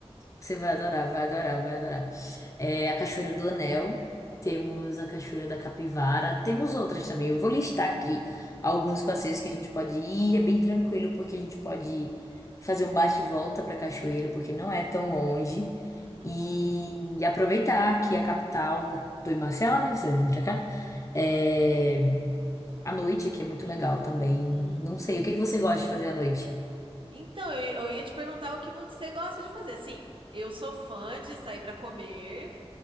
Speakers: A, on the left; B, on the right.
A: você vai adorar, vai adorar, vai adorar. É, a Cachoeira do Anel, temos
B: Uhum.
A: a Cachoeira da Capivara, temos outras também. Eu vou listar
B: Uhum.
A: aqui alguns passeios que a gente pode ir, é bem tranquilo, porque a gente pode fazer um bate e volta pra cachoeira,
B: Uhum.
A: porque não é tão longe.
B: Uhum.
A: E, e aproveitar que é a capital do Marcela, né? Você vai vir pra cá. É, a noite aqui é muito legal também.
B: Uhum.
A: Não sei, o que que você gosta de fazer à noite?
B: Então, eu, eu ia te perguntar o que você gosta de fazer. Assim, eu sou fã de sair para comer,